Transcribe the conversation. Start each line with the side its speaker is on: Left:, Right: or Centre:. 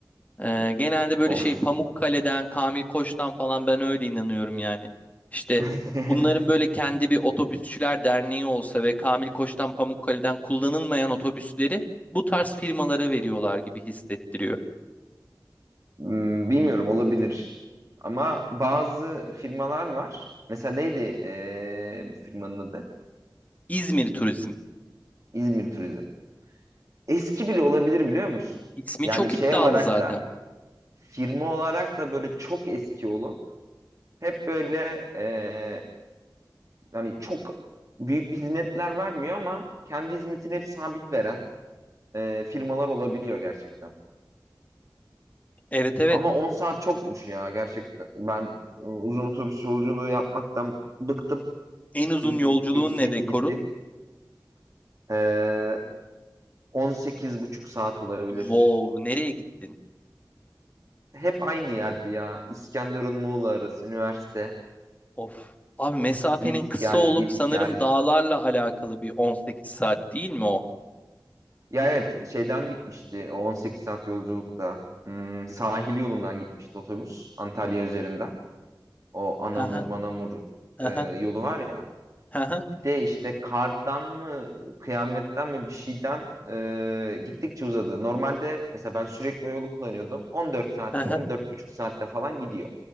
Left: Ee, genelde böyle
Right: Of.
Left: şey Pamukkale'den, Kamil Koç'tan falan ben öyle inanıyorum yani. İşte
Right: <laughs>
Left: bunların böyle kendi bir otobüsçüler derneği olsa ve Kamil Koç'tan, Pamukkale'den kullanılmayan otobüsleri bu tarz firmalara veriyorlar gibi hissettiriyor.
Right: Hmm, Bilmiyorum olabilir. Ama bazı firmalar var. Mesela neydi ee, bu firmanın adı?
Left: İzmir Turizm.
Right: İzmir Turizm. eski bile olabilir biliyor musun?
Left: İsmi
Right: Yani
Left: çok
Right: şey
Left: iddialı
Right: olarak
Left: zaten.
Right: da firma olarak da böyle çok eski olup hep böyle e, hani çok büyük bir hizmetler vermiyor ama kendi hizmetini hep sabit veren e, firmalar olabiliyor gerçekten.
Left: Evet evet.
Right: Ama 10 saat çokmuş ya gerçekten. Ben e, uzun otobüs yolculuğu yapmaktan bıktım.
Left: En uzun
Right: Bütün
Left: yolculuğun
Right: gençliğim
Left: ne rekorun?
Right: gitti. E, 18 buçuk saat olabilir.
Left: Wow, nereye gittin?
Right: Hep aynı yerdi ya. İskenderun Muğla arası üniversite.
Left: Of. Abi mesafenin
Right: Git
Left: kısa
Right: gel
Left: olup
Right: git
Left: sanırım
Right: gel.
Left: dağlarla alakalı bir 18 saat değil mi o?
Right: Ya evet şeyden gitmişti o 18 saat yolculukta. Hmm, sahil yolundan gitmişti otobüs Antalya üzerinden. O Anamur
Left: Hı hı,
Right: Manamur
Left: hı
Right: e,
Left: hı,
Right: yolu var ya.
Left: hı hı,
Right: Bir de işte kardan mı kıyametten mi bir şeyden e, gittikçe uzadı. Normalde mesela ben sürekli o yolu kullanıyordum. 14 saatte
Left: hı hı.
Right: 14,5 saatte falan gidiyor.